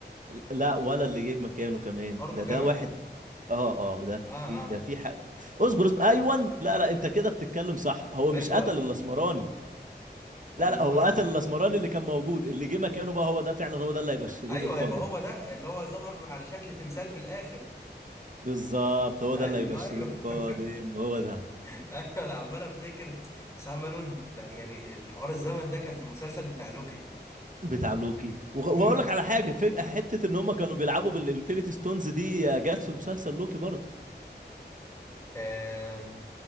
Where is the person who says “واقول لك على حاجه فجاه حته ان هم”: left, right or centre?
Right